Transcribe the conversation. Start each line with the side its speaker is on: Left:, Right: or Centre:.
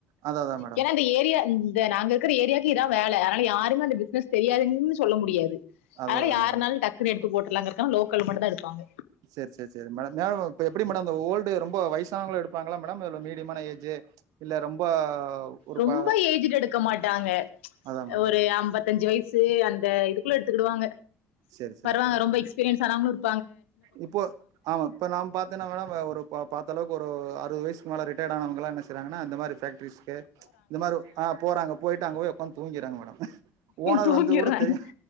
Right: அததா மேடம்
Left: ஏனா இந்த ஏரியா து நாங்க இருக்கிற ஏரியாவுக்கு இதா வேல அதன யாருமே அந்த பிசினஸ் தெரியாதுங் சொல்ல முடியாது
Right: அததா
Left: அதனால யாருனாலு
Right: மேடம்
Left: டக்குனு எடு த்து போட்றலாங்கறக்காக லோக்கல்ல மட்டுந்தா எடுப்பாங்க
Right: சேரி சேரி சேரி மேடம் மேடம் இப்ப எப்படி மேடம் இந்த ஓல்டு ரொம்ப வயசானவங்களா எடுப்பாங்களா மேடம் இல்ல மீடியமான ஏஜு இல்ல ரொம்ப ஒரு
Left: ரொம்ப
Right: ப
Left: ஏஜ்டு எடுக்க மாட்டாங்க
Right: அதா மேடம்
Left: ஒரு அம்பத்தஞ்சு வய சு அந்த இதுக்குள்ள எடுத்துக்கிடுவாங்க.
Right: சேரி சேரி
Left: வருவாங்க
Right: சேரி
Left: ரொம்ப
Right: சேரி
Left: எக்ஸ்பீரியன்ஸ் ஆனவங்களு இரு
Right: இப்போ ஆமா இப்ப நாம பாத்தேன்னா மேடம் ஆ ஒரு பா பாத்த அளவுக்கு ஒரு அறுவது வயசு க்கு மேல ரிட்டையர்டு ஆனவங்கல்லா என்ன செய்யறாங்கன்னா இந்த மாரி ஃபேக்ட்ரீஸ் க்கு இந்த மார ஆ போறாங்க போயிட்டு அங்க போய் உக்காந்து தூங்கியிர்றாங்க மேடம் ஓனர்
Left: தூங்கிடுறாங்க
Right: வந்தது கூட தெரியா